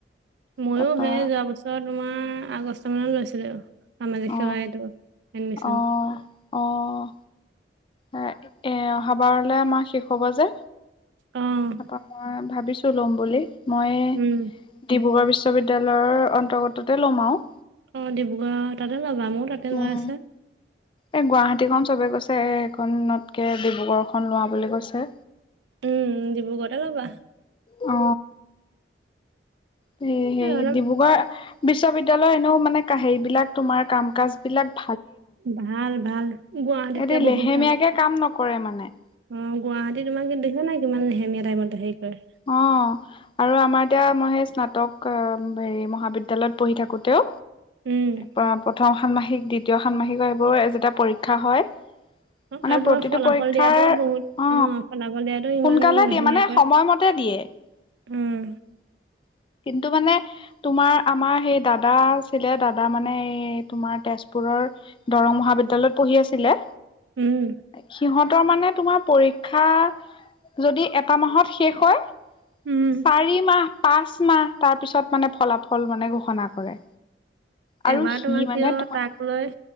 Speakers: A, on the right; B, on the left.
A: ময়ো
B: তাৰপা
A: সেই যোৱা বছৰ তোমাৰ আগষ্ট মাহত লৈছিলে সামাজিক
B: অ
A: সেৱাএটো এডমিচন
B: অ অ এ এ অহাবাৰলে আমাৰ শেষ হব যে
A: অ',
B: তাৰপা মই ভাবিছো লম বুলি মই ডিব্ৰুগড়
A: উম,
B: বিশ্ববিদ্যালয়ৰ অন্তৰ্গততে লম আৰু
A: অ ডিব্ৰুগড় তাতে ল'বা মোৰ তাতে লোৱা
B: উম
A: আছে
B: এ গুৱাহাটীখন চবে কৈছে এ খনতকে ডিব্ৰুগড়খন লোৱা বুলি কৈছে
A: উম ডিব্ৰুগড়তে লবা
B: অ সে হেই
A: এই অলপ
B: ডিব্ৰুগড় বিশ্ববিদ্যালয়ৰ ন মানে হেৰিবিলাক তোমাৰ কাম কাজ বিলাক
A: ভাল ভাল গুৱাহাটীতকে
B: এটি
A: বহুত
B: লেহেমীয়াকে
A: ভাল
B: কাম নকৰে মানে
A: অ গুৱাহাটী তোমাক কি দেখা নাই কিমান লেহেমীয়া টাইমত হেৰি কৰে
B: অ আৰু আমাৰ এতিয়া মই সেই স্নাতক হেৰি মহাবিদ্যালয়ত পঢ়ি থাকোতেও।
A: উম।
B: প প্ৰথম ষান্মাসিক দ্বিতীয় ষান্মাসিক সেইবোৰ <unintelligible> পৰীক্ষা হয়। <unintelligible>
A: আৰু
B: মানে
A: তোমাৰ
B: প্ৰতিটো
A: ফলাফল
B: পৰীক্ষাৰ
A: দিয়াতো বহুত
B: অ
A: ফলাফল দিয়াতো ইমান
B: সোনকালে
A: লাহিনীয়াকৈ
B: দিয়ে মানে সময়মতে। গোৰোত্ব দিয়ে।
A: উম
B: <unintelligible> কিন্তু মানে তোমাৰ আমাৰ সেই দাদা আছিলে দাদা মানে এই তোমাৰ তেজপুৰৰ। দৰং মহাবিদ্যালয়ত পঢ়ি আছিলে।
A: উম।
B: সিহঁতৰ মানে তোমাৰ পৰীক্ষা যদি এটা মাহত শেষ হয়।
A: উম
B: চাৰি মাহ। পাঁচ মাহ তাৰ পিছত মানে ফলাফল মানে ঘোষণা কৰে। আৰু
A: এবাৰ
B: সি
A: তোমাৰ
B: মানে
A: কিয়
B: তোমাৰ
A: তাক লৈ